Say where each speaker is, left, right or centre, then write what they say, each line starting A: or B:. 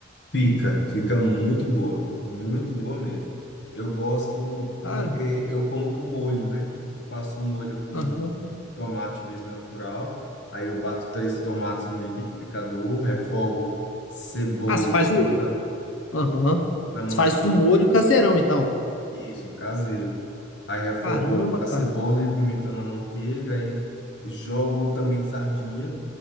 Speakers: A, on the left; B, on the left.
A: Fica, fica muito boa. Muito boa mesmo. Eu gosto
B: cara.
A: porque eu como com molho, né? Eu faço um molho com
B: Aham.
A: tomate mesmo natural. Aí eu bato três tomates no liquidificador, refogo cebola
B: Ah, você faz
A: e pimentão
B: o. Aham.
A: na manteiga.
B: Você faz o molho caseirão, então.
A: Isso, caseiro. Aí refogo
B: Caramba, cara.
A: a cebola e o pimentão na manteiga, aí jogo também sardinha.